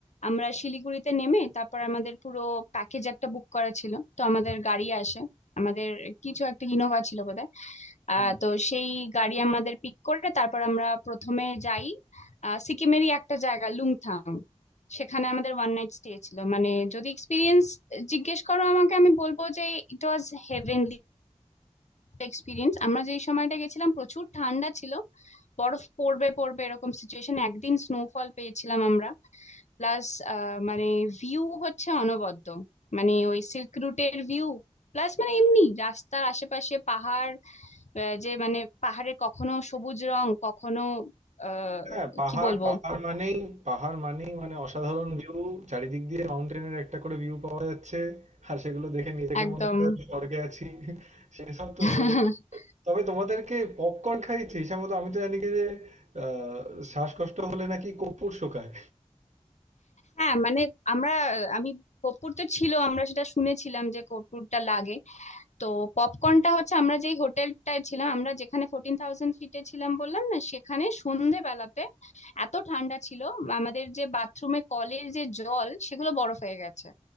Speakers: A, on the left; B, on the right.
A: আমরা শিলিগুড়িতে নেমে তারপর আমাদের পুরো প্যাকেজ একটা বুক করা ছিল তো আমাদের গাড়ি আসে আমাদের কিছু একটা ইনোভা ছিল বোধহয়
B: হুম
A: আহ তো সেই গাড়ি আমাদের পিক করে তারপর আমরা প্রথমে যাই আহ, সিকিমেরই একটা জায়গা লুংথাং সেখানে আমাদের ওয়ান নাইট স্টে ছিল মানে যদি এক্সপিরিয়েন্স জিজ্ঞেস করো আমাকে আমি বলবো যে ইট ওয়াজ হেভেনলি এক্সপিরিয়েন্স আমরা যেই সময়টা গেছিলাম প্রচুর ঠান্ডা ছিল বরফ পড়বে পড়বে এরকম সিচুয়েশন একদিন স্নোফল পেয়েছিলাম আমরা প্লাস মানে ভিউ হচ্ছে অনবদ্য মানে ওই সিল্ক রুটের ভিউ প্লাস মানে এমনি রাস্তার আশেপাশে পাহাড় আহ, যে মানে পাহাড়ে কখনো সবুজ রং কখনো আহ
B: হ্যাঁ পাহাড়
A: কি বলবো
B: পাহাড় মানেই পাহাড় মানেই মানে অসাধারণ ভিউ চারিদিক দিয়ে মাউন্টেনের একটা করে ভিউ পাওয়া যাচ্ছে আর সেগুলো দেখে নিজেকে
A: একদম
B: মনে হয় আমি স্বর্গে আছি সেসব তো
A: <laughs>
B: রয়েছে তবে তোমাদেরকে পপকর্ন খাইয়েছি সম্ভবত আমি তো জানি কি যে আহ, শ্বাসকষ্ট হলে নাকি কর্পূর শোকায়
A: হ্যাঁ মানে আমরা আমি কর্পূর তো ছিল আমরা সেটা শুনেছিলাম যে কর্পূরটা লাগে তো পপকর্নটা হচ্ছে আমরা যেই হোটেলটায় ছিলাম আমরা যেখানে ফোরটিন থাউজেন্ড ফিটে ছিলাম বললাম না সেখানে সন্ধেবেলাতে এত ঠান্ডা ছিল আমাদের যে বাথরুমে কলের যে জল সেগুলো বরফ হয়ে গেছে